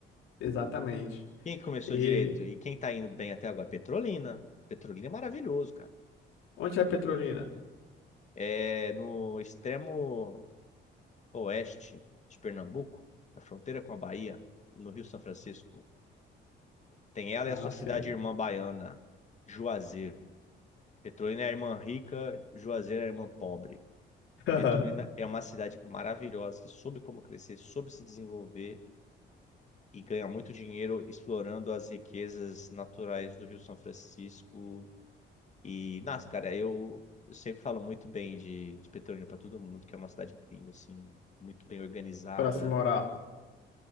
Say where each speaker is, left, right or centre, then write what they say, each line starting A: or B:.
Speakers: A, on the left; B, on the left.
A: Exatamente.
B: Quem que começou
A: E
B: direito e quem tá indo bem até agora? Petrolina. Petrolina é maravilhoso, cara.
A: onde é Petrolina?
B: É no extremo oeste de Pernambuco, na fronteira com a Bahia, no Rio São Francisco. Tem ela
A: Ah,
B: e a sua cidade
A: sim.
B: irmã baiana, Juazeiro. Petrolina é a irmã rica, Juazeiro é a irmã pobre.
A: <laughs>
B: Petrolina é uma cidade maravilhosa que soube como crescer, soube se desenvolver e ganha muito dinheiro explorando as riquezas naturais do Rio São Francisco. E, nossa, cara, eu, eu sempre falo muito bem de, de Petrolina para todo mundo, que é uma cidade incrível, assim, muito bem organizada,
A: Para se morar.